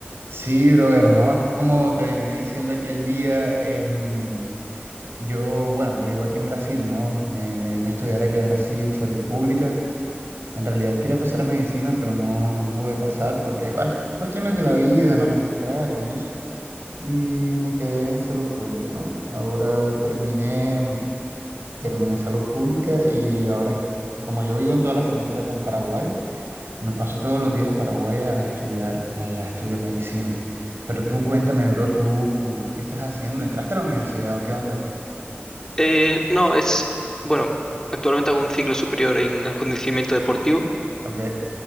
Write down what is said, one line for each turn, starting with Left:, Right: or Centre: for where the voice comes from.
Right: Sí, brother, no, es que como te venía diciendo aquel día, em, yo, bueno, yo vivo aquí en Brasil, ¿no? Me, me vine a estudiar aquí a Brasil, salud pública. En realidad quería pasar a medicina, pero no, no pude pasar porque, bueno, cuestiones de la vida, no me aceptaron y eso. Y me quedé en salud pública, ¿no? Ahora terminé, terminé salud pública y ahora, como yo vivo en toda la frontera con Paraguay, me paso todos los días a Paraguay a estudiar, allá estudio medicina. Pero tú cuéntame, bro, ¿tú, tú qué estás haciendo? ¿Entraste a la universidad o qué onda?
Left: Eh, no, es, bueno, actualmente hago un ciclo superior en acondicionamiento deportivo,
Right: Ok,